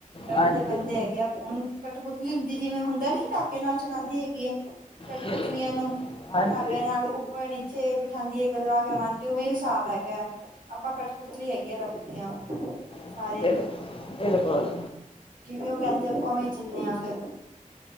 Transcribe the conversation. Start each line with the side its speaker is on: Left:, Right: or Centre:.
Right: ਰੱਬ
Left: ਹਾਂਜੀ
Right: ਦੇ ਬੰਦੇ ਹੈ ਹੁਣ ਕਠਪੁਤਲੀ ਹੁੰਦੀ ਜਿਵੇਂ ਹੁੰਦਾ ਨੀ ਧਾਗੇ ਨਾਲ ਚਲਾਉਂਦੀ ਹੈਗੀ ਹੈ। ਕਠਪੁਤਲੀਆਂ
Left: ਬਿਲਕੁਲ
Right: ਨੂੰ
Left: ਹਾਂਜੀ
Right: ਧਾਗਿਆਂ ਨਾਲ ਉੱਪਰ ਨੀਚੇ ਉੱਠਾਦੀ ਏ ਗੱਲਾਂ ਕਰਵਾਦੀ ਉਵੇਂ ਹਿਸਾਬ ਹੈਗਾ ਆਪਾਂ ਕਠਪੁਤਲੀਆਂ ਹੈਗੀ ਰੱਬ ਦੀਆਂ। ਸਾਰੇ
Left: <unintelligible> ਬਿਲਕੁਲ।
Right: ਜਿਵੇਂ ਉਹ ਕਹਿੰਦੇ ਆਪਾਂ ਉਵੇਂ ਚੱਲਦੇ ਆ ਫੇਰ।